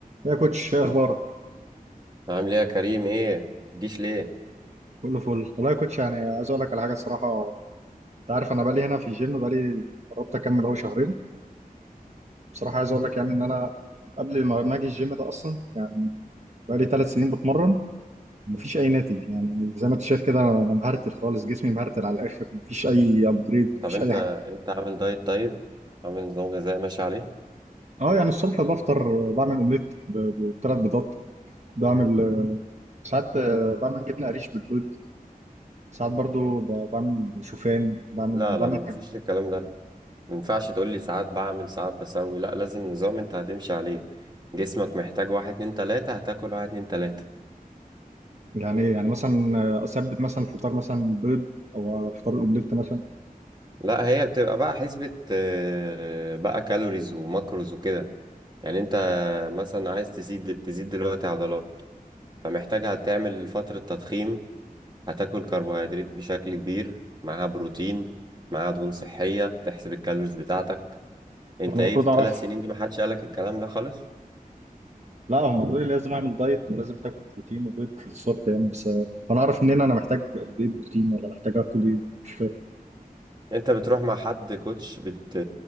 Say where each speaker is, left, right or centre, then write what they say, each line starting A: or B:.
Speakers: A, on the right; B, on the right.
A: يا كوتش ايه اخبارك
B: عامل ايه يا كريم ايه متجيش ليه
A: كله فل والله يا كوتش يعني عايز اقول لك على حاجه الصراحه انت عارف انا بقالي هنا في الجيم بقالي قربت اكمل اهو شهرين بصراحه عايز اقول لك يعني ان انا قبل ما ما اجي الجيم ده اصلا يعني بقالي ثلاث سنين بتمرن مفيش اي ناتج يعني زي ما انت شايف كده انا مهرتل خالص جسمي مهرتل على الاخر مفيش اي ابجريد مفيش
B: طب انت
A: اي حاجه
B: انت عامل دايت طيب عامل نظام غذائي ماشي عليه
A: اه يعني الصبح بفطر بعمل اومليت بثلاث بيضات بعمل آه، ساعات آه، بعمل جبنه قريش بالبيض ساعات برضو ب- بعمل شوفان بعمل
B: لا
A: بعمل
B: لا مفيش الكلام ده مينفعش تقول لي ساعات بعمل ساعات بسوي لا لازم نظام انت هتمشي عليه جسمك محتاج واحد اتنين تلاتة هتاكل واحد اتنين تلاتة
A: يعني إيه؟ يعني مثلا آه، اثبت مثلا فطار مثلا بيض او فطار الاومليت مثلا
B: لا هي بتبقى بقى حسبة آه، بقى كالوريز وماكروز وكده يعني انت مثلا عايز تزيد تزيد دلوقتي عضلات فمحتاج هتعمل فترة تضخيم هتاكل كربوهيدرات بشكل كبير معاها بروتين معاها دهون صحية تحسب الكالوريز بتاعتك انت
A: وانا
B: ايه
A: المفروض
B: في الثلاث
A: اعرف
B: سنين دي ما حدش قالك الكلام ده خالص
A: لا هم قالوا لي لازم اعمل دايت ولازم تاكل بروتين وبيض في الصبح يعني بس انا اعرف منين انا محتاج قد ايه بروتين ولا محتاج اكل ايه مش فاهم
B: انت بتروح مع حد كوتش بت...